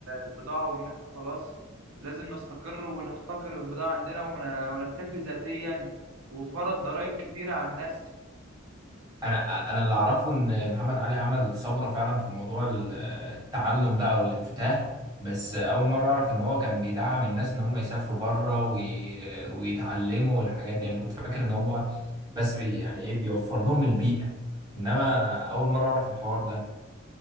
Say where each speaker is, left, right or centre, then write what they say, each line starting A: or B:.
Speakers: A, on the right; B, on the right.
A: البضاعة وإن إحنا خلاص لازم نستقر ونحتكر البضاعة عندنا ون- ونكتفي ذاتيا وفرض ضرائب كتيرة على الناس
B: انا انا اللي اعرفه ان محمد علي عمل ثوره فعلا في موضوع ال- التعلم ده او الانفتاح بس اول مره اعرف ان هو كان بيدعم الناس ان هم يسافروا بره وي... ويتعلموا والحاجات دي يعني كنت فاكر ان هم بس بي... يعني ايه بيوفر لهم البيئه انما اول مره اعرف الحوار ده